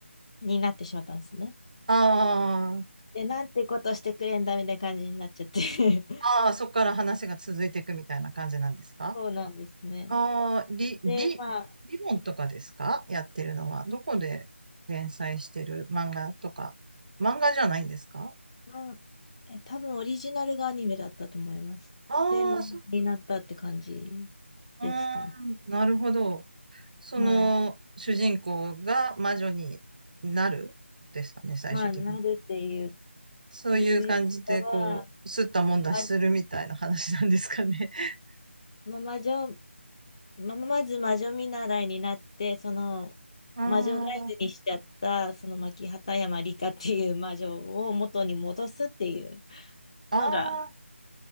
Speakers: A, on the left; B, on the right.
A: になってしまったんですね。
B: あ
A: で、なんてことしてくれんだみたいな感じになっちゃって <laughs>
B: ああ、そこから話が続いていくみたいな感じなんですか
A: そうなんですね。
B: ああ、リ、リ、
A: で、まあ、
B: リボンとかですかやってるのは。どこで連載してる漫画とか。漫画じゃないんですか
A: まあ、え、多分オリジナルがアニメだったと思います。
B: ああ、
A: で、漫画になったって感じ
B: そ、あ
A: ですかね。
B: ーなるほど。その、
A: はい。
B: 主人公が魔女になるですかね、最終的に。
A: まあ、なるっていう、
B: そういう感じで、
A: いうよりかは、
B: こう、すったもんだしするみたいな話なんですかね。
A: ま
B: <laughs>
A: ま魔女ま、まず魔女見習いになって、その魔女ガイドにしちゃった、
B: あー、
A: その牧畑山里香っていう魔女を元に戻すっていう
B: ああ、
A: のが